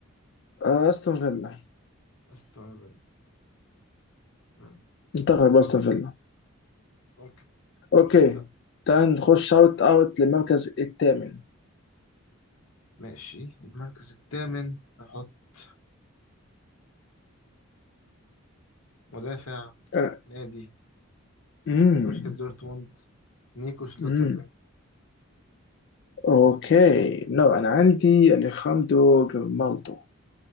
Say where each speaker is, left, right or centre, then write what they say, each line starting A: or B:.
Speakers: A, on the left (about 50°); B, on the left (about 85°).
A: آه، استون فيلا
B: استون فيلا مم.
A: انتقل
B: اوكي
A: باستون فيلا
B: ممكن
A: اوكي
B: بس- آه.
A: تعال نخش شاوت اوت للمركز الثامن
B: ماشي المركز الثامن نحط مدافع
A: انا
B: نادي
A: مم.
B: بروسيا دورتموند نيكو شلوتربيك
A: امم اوكي نو انا عندي اليخاندرو جريمالدو